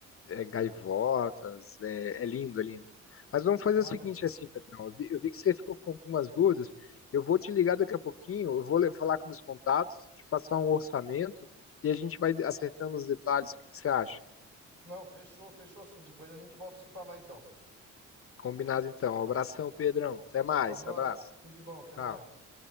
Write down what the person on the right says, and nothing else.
Ah,
mas.
Não, fechou, fechou sim. Depois a gente volta a se falar, então.
Ab-
Abraço,
tudo de bom, até
mais.